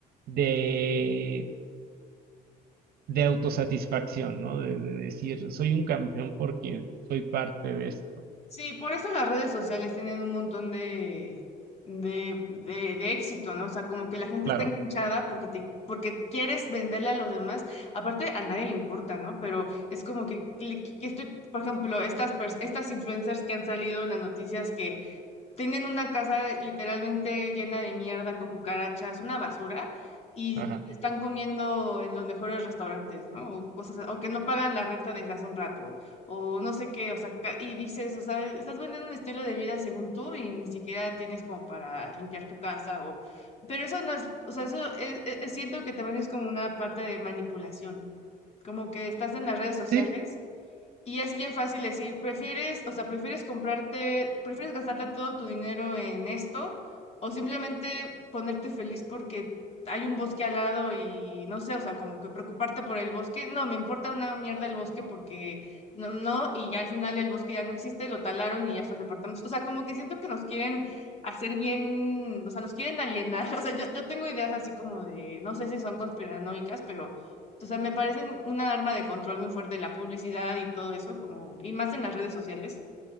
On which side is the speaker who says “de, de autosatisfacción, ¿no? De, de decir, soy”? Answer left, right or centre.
Right